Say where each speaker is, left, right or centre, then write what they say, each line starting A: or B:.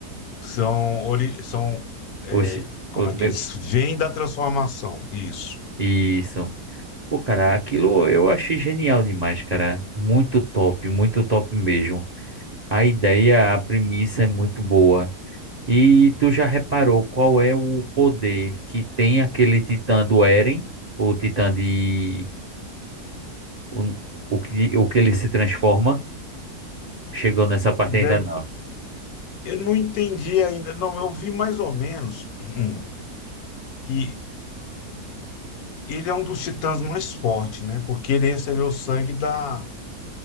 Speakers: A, on the left; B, on the right.
A: são, ori- são é,
B: Oxi,
A: como
B: o
A: é que
B: meu-
A: eles vêm da transformação, isso.
B: Isso. Pô, cara, aquilo eu achei genial demais, cara. Muito top, muito top mesmo. A ideia, a premissa é muito boa. E tu já reparou qual é o poder que tem aquele titã do Eren? O titã de O, o que, o que ele se transforma. Chegou nessa parte ainda
A: Zé,
B: não.
A: eu não entendi ainda, não, eu vi mais ou menos <clears throat> que ele é um dos titãs mais fortes, né? Porque ele recebeu o sangue da,